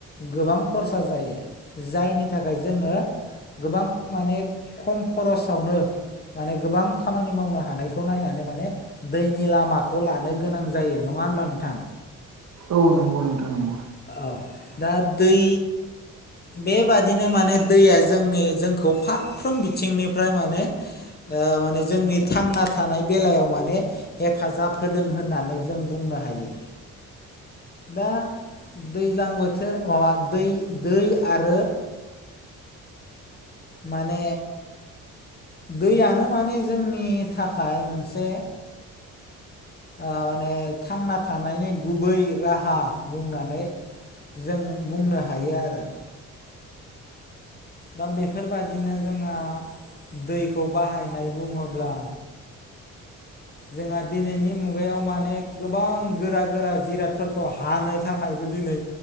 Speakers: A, on the left; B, on the right.
A: गोबां खरसा जायो जायनि थाखाय जोङो। गोबां माने खम खरसावनो माने गोबां खामानि मावनो हानायखौ नायनानै माने, दैनि लामाखौ लानो गोनां जायो नङा होमब्ला नोंथां।
B: औ नंगौ नोंथां नंगौ।
A: औ दा दै, बेबादिनो माने दैया जोंनि जोंखौ फारफ्रोम बिथिंनिफ्राय माने, ओ माने जोंनि थांना थानाय बेलायाव माने हेफाजाब होदों होननानै जों बुंनो हायो। दा दैज्लां बोथोर माबा दै दै आरो माने दैयानो माने जोंनि थाखाय मोनसे ओ माने थांना थानायनि गुबै राहा बुंनानै, जों बुंनो हायो आरो दा बेफोरबायादिनो जोंहा दैखौ बाहायनाय बुङोब्ला, जोंहा दिनैनि मुगायाव माने गोबां गोरा गोरा जिरादफोरखौ हानो थाखायबो दिनै,